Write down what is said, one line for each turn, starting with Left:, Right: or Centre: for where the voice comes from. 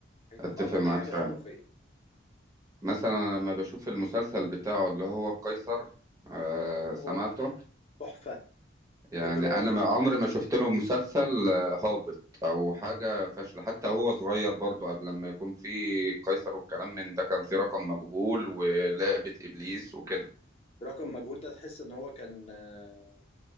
Left: هيطلع
Right: أتفق
Left: لك
Right: معاك
Left: حاجه
Right: فعلا
Left: خرافيه
Right: مثلا أنا لما بشوف المسلسل بتاعه اللي هو قيصر آه
Left: اه
Right: سمعته
Left: تحفه
Right: يعني
Left: اجرام
Right: انا ما عمري ما شفت لهم مسلسل آه، هابط او حاجه فاشله حتى هو صغير برضو قبل لما يكون في قيصر والكلام من ده كان في رقم مجهول ولعبه ابليس وكده
Left: رقم مجهول ده تحس ان هو كان آه،